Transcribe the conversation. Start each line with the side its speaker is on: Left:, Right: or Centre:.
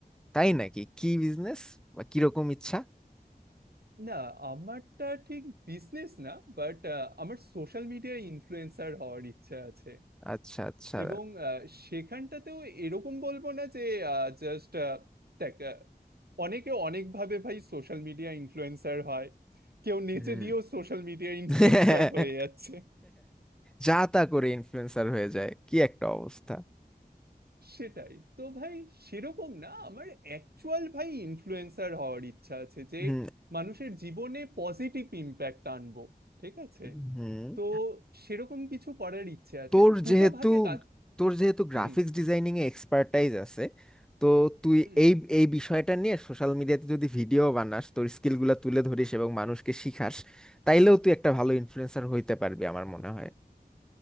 Centre: তাই নাকি কি বিজনেস বা কিরকম ইচ্ছা
Right: না আমারটা ঠিক বিজনেস না বাট আমার সোশ্যাল মিডিয়া ইনফ্লুয়েন্সার হওয়ার ইচ্ছা আছে
Centre: আচ্ছা আচ্ছা
Right: এবং আহ, সেখানটাতেও এরকম বলবো না যে জাস্ট দেখ আহ, অনেকে অনেকভাবে ভাই সোশ্যাল মিডিয়া ইনফ্লুয়েন্সার হয় কেউ নেচে
Centre: হুম
Right: দিয়েও সোশ্যাল মিডিয়া ইনফ্লুয়েন্সার
Centre: <laughs>
Right: হয়ে যাচ্ছে
Centre: যা তা করে ইনফ্লুয়েন্সার হয়ে যায় কি একটা অবস্থা
Right: সেটাই তো ভাই সেরকম না আমার অ্যাকচুয়াল ভাই ইনফ্লুয়েন্সার হওয়ার ইচ্ছা আছে যে
Centre: হুম
Right: মানুষের জীবনে পজিটিভ ইম্প্যাক্ট আনবো ঠিক আছে
Centre: হুম
Right: তো সেরকম কিছু করার ইচ্ছে আছে
Centre: তোর
Right: দুটো
Centre: যেহেতু
Right: ভাগে কাজ
Centre: তোর যেহেতু গ্রাফিক্স
Right: হুম
Centre: ডিজাইনিং এ এক্সপার্টাইজ আছে তো তুই
Right: হুম
Centre: এই এই বিষয়টা নিয়ে সোশ্যাল মিডিয়াতে যদি ভিডিও বানাস তোর স্কিলগুলো তুলে ধরিস এবং মানুষকে শিখাস তাইলেও তুই একটা ভালো ইনফ্লুয়েন্সার হইতে পারবি আমার মনে হয়